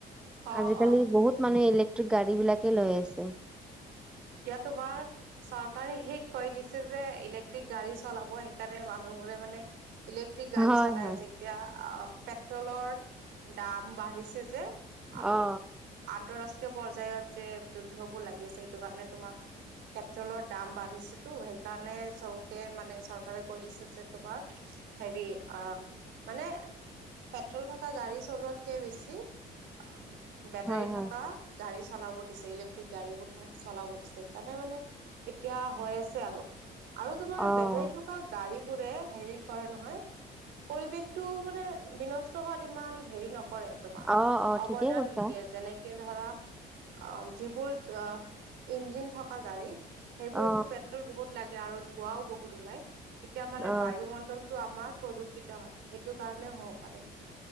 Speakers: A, on the right; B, in the centre.
A: অ
B: আজিকালি
A: অ
B: বহুত মানুহে ইলেক্ট্ৰিক গাড়ী বিলাকে লৈ আছে।
A: এতিয়া তোমাৰ। চৰকাৰে সে কৈ দিছে যে ইলেক্ট্ৰিক গাড়ী চলাব সেইকাৰণে মানুহবোৰে মানে। ইলেক্ট্ৰিক গাড়ী
B: হয়
A: চলাই
B: হয়
A: আছে। এতিয়া পেট্ৰলৰ দাম বাঢ়িছে যে। আৰু
B: অ
A: আন্তৰাষ্ট্ৰীয় পৰ্যায়ত যে যুদ্ধবোৰ লাগি আছে সেইটো কাৰণে তোমাৰ পেট্ৰলৰ দাম বাঢ়িছেতো সেইকাৰণে চবকে মানে চৰকাৰে কৈ দিছে যে তোমাৰ হেৰি আ মানে পেট্ৰল থকা গাড়ী চলোৱাতকে বেছি আ বেটাৰী
B: হয়
A: থকা
B: হয়
A: গাড়ী চলাব দিছে ইলেক্ট্ৰিক গাড়ী বোৰ চলাব দিছে সেইকাৰণে মানে এতিয়া হৈ আছে আৰু আৰু তোমাৰ
B: অ
A: বেটাৰী থকা থকা গাড়ী বোৰে হেৰি কৰে নহয় পৰিৱেশটো মানে বিনষ্ট হোৱাত ইমান হেৰি নকৰে তোমাৰ
B: অ অ
A: অৱদান
B: ঠিকেই কৈছা
A: নিদিয়ে যেনেকে যে ধৰা অ যিবোৰ আ ইঞ্জিন থকা গাড়ী সেইবোৰতো
B: অ
A: পেট্ৰল বহুত লাগে আৰু ধোঁৱাও বহুত ওলাই তেতিয়া মানে
B: অ
A: বায়ুমণ্ডল টো আমাৰ প্ৰদূষিত হয় সেইটো কাৰণে হব পাৰে।